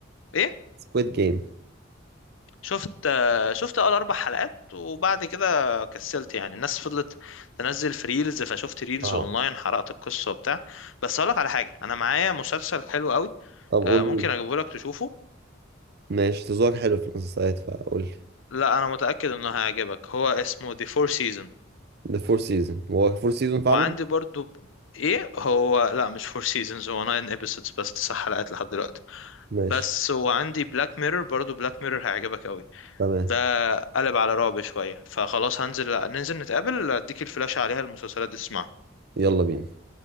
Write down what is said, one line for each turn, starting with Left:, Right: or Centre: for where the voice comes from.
Left: ايه
Right: سكويد جيم
Left: شفت شفت اول اربع حلقات وبعد كده كسلت يعني الناس فضلت تنزل في ريلز فشفت ريلز
Right: اه
Left: اونلاين حرقت القصه وبتاع بس اقول لك على حاجه انا معايا مسلسل حلو قوي
Right: طب قول
Left: آه، ممكن
Right: لي
Left: اجيبه لك تشوفه
Right: ماشي تزوق حلو في المسلسلات فقول لي
Left: لا انا متاكد انه هيعجبك هو اسمه The Four Seasons
Right: ده فور سيزون هو فور سيزون فعلا
Left: وعندي برضو ايه هو لا مش فور سيزونز هو 9 episodes بس 9 حلقات لحد دلوقتي
Right: ماشي
Left: بس وعندي بلاك ميرور برضو بلاك ميرور هيعجبك قوي
Right: تمام
Left: ده قلب على رعب شوية فخلاص هنزل ننزل نتقابل اديك الفلاش عليها المسلسلات دي تسمعها
Right: يلا بينا